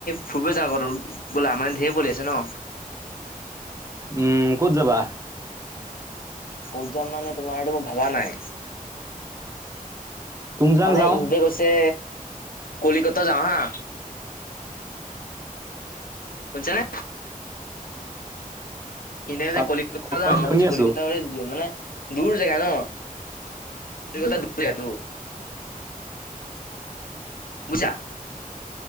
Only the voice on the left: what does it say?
ফুৰিব যাওঁ ক'ত বোলা মানে ধেৰ পলি আছে ন।
ক'ত যাম মানে তোমাৰ এইটো মই ভবা নাই।
মানে
ইহঁতে গৈছে। কলিকতা যাওঁ হা। কছনে। সনে
যে কলিকতা যে আম হ
কলিকতা ব মানে। দূৰ জেগা ন ক দটো। বুজা।